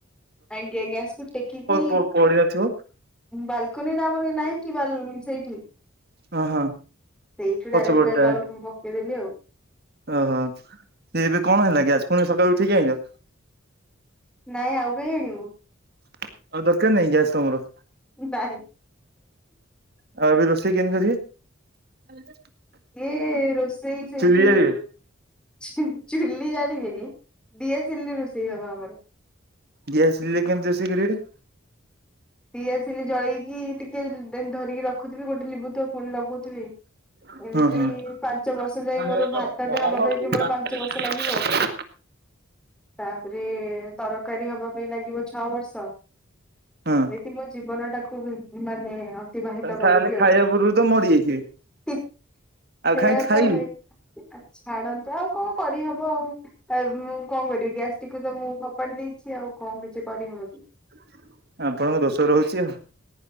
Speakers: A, in the centre; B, on the right (about 50°).
A: ଆଜ୍ଞା ଆଜ୍ଞା ଗ୍ୟାସକୁ ଟେକିକି
B: ପ ପଡିନଥିବ
A: ବାଲକୁନି ଆମର ନାହିଁ କି ବା ସେଇଠି <inaudible>
B: ହଁ ହଁ
A: ସେଇଠୁ ଡାଇରେକ୍ଟ
B: ପଛ ପଟଟା।
A: ତଳକୁ ପକେଇଦେଲି ଆଉ
B: ଓହୋ ସେ ଏବେ କଣ ହେଲା କି ଆଜି ପୁଣି ସକାଳୁ ଉଠିକ ଆଇଛ?
A: ନାଇଁ ଆଉ କାହିଁ ଆଣିବୁ।
B: ଆଉ ଦରକାର ନାହିଁ ଗ୍ୟାସ ତମର?
A: ନାଇଁ।
B: ଆଉ ଏବେ ରୋଷେଇ କେମିତି କରିବେ?
A: ଇଏ ରୋଷେଇ ସେଇଠି
B: ଚୁଲି ଜାଳିବେ
A: ଚୁ ଚୁଲି ଜାଣିବିନି ଦିଆସିଲିରେ ରୋଷେଇ ହବ ଆମର
B: ଗ୍ୟାସ ସରିଲେ କେମିତି ରୋଷେଇ କରିବେ?
A: ପି ଆସିଲେ ଜଳେଇକି ଟିକେ ଧରିକି ରଖୁଥିବି ଗୋଟେ ଲିଭୁଥିବ ପୁଣି ଲଗଉଥିବି।
B: <inaudible>
A: ଏମିତି
B: ହୁଁ ହୁଁ।
A: ପାଞ୍ଚ ବର୍ଷ ଯାଇ
B: <unintelligible>
A: ମୋର ଭାତଟେ ହବା ପାଇଁ କେବଳ ପାଞ୍ଚ ବର୍ଷ ଲାଗିବ ତାପରେ ତରକାରୀ ହବା ପାଇଁ ଲାଗିବ ଛଅ ବର୍ଷ
B: ହଁ।
A: ଏଠତି ମୋ ଜୀବନ ଟାକୁ ମାନେ ଅତିବାହିତ କରିବି
B: ତାହେଲେ ଖାଇବା
A: ଆଉ।
B: ପୂର୍ବରୁ ତ ମରିଯାଇଥିବେ
A: ସେଇୟା
B: ଆଉ କାହିଁ ଖାଇବି
A: ତ ହେଇ ଛାଡ଼ନ୍ତୁ ଆଉ କଣ କରିହବ ଆଉ ମୁଁ କଣ କରିବି ଗ୍ୟାସଟିକୁ ତ ମୁଁ ଫୋପାଡି ଦେଇଛି। ଆଉ କଣ କିଛି କରିହବ କି?
B: ଆଛା। ଆପଣଙ୍କ ଦୋଷ ରହୁଛି ଆଉ।